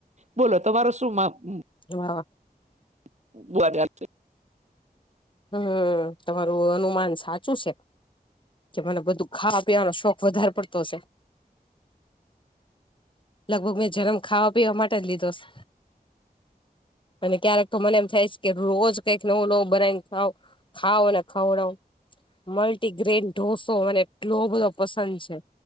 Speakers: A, on the right; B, on the left.
A: બોલો તમારો શું મા મ
B: હા.
A: <unintelligible>
B: હમ્મ, તમારું અનુમાન સાચું છે. કે મને બધું ખાવા પીવાનો શોખ વધારે પડતો શે. લગભગ મેં જન્મ ખાવા પીવા માટે જ લીધો શ. અને ક્યારેક તો મને એમ થાય છે કે રોજ કંઈક નવું નવું બનાવીને ખાઉ, ખાવ અને ખવડાવો. મલ્ટીગ્રેન ઢોસો મને એટલો બધો પસંદ છે.